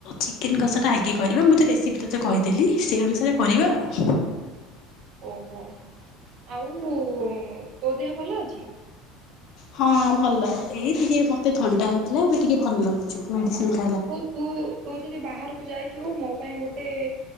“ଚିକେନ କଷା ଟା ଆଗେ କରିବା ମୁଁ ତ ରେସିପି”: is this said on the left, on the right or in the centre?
Left